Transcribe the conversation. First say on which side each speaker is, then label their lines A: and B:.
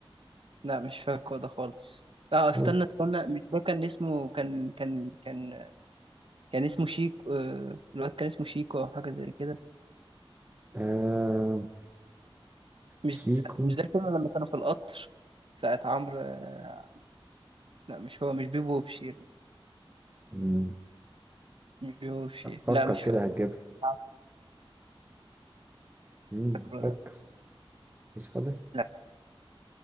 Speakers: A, on the right; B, on the right.
A: لا مش فاكره ده خالص اه استنى
B: بص
A: استنى مش ده كان اسمه كان كان كان كان اسمه شيكو آه، الواد كان اسمه شيكو او حاجه زي كده
B: آه
A: مش
B: شيكو
A: مش ده الفيلم لما كانوا في القطر ساعة عمرو آه، لا مش هو مش بيبو وبشير
B: مم.
A: مش بيبو وبشير
B: فكر
A: لا مش
B: كده
A: فاكره
B: هتجيبها
A: آه،
B: مم،
A: فاكره
B: فكر
A: ده
B: مش خالص
A: لا